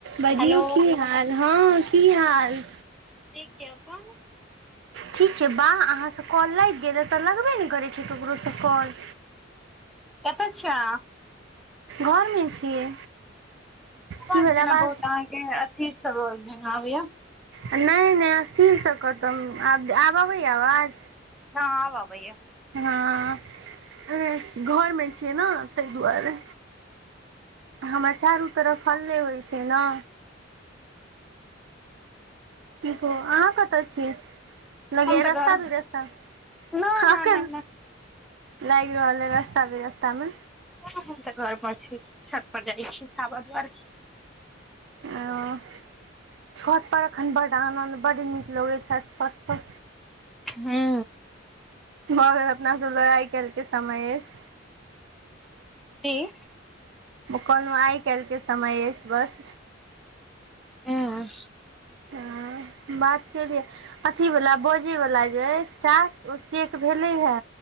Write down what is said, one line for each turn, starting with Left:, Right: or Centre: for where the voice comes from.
Right: बजियौ
Centre: हेलो
Right: की हाल हँ की हाल
Centre: ठीक यै अपन
Right: ठीक छै बाह अहाँ से काल लागि गेले ई तऽ लगबे ने करै ककरो से कॉल
Centre: कतऽ छिय अहाँ
Right: घरमे छियै
Centre: अवाज
Right: की भेल
Centre: जेना
Right: आवाज
Centre: बहुत अहाँके अथी सब जेना आबै यै
Right: नहि नहि स्थिरसँ कतम आब अबै यै आवाज
Centre: ह आब आबैयै
Right: हँ घरमे छियै ने तहि दुआरे हमरा चारू तरफ हल्ले होइ छै ने की कहु अहाँ कतऽ छियै लगेयै
Centre: हम तऽ
Right: रस्ता
Centre: घरमे
Right: भी रस्ता
Centre: न
Right: खा
Centre: न
Right: कन
Centre: न न
Right: लाग रहल यै रास्ता विरस्ता मे
Centre: ह हम तऽ घर पर छी छत पर जाइ छी हाबा दुआर
Right: आ छत पर एखन बड आनन्द बड नीक लगैत हैत छत पर
Centre: हँ
Right: भऽ गेल अपनासब लड़ाइ कल तक के समय अछि
Centre: कि
Right: कहलौन आइ काल्हके समय अछि बस
Centre: हँ
Right: बात केलियए अथी वला बजयवला जे टास्क ओ चेक भेलै हे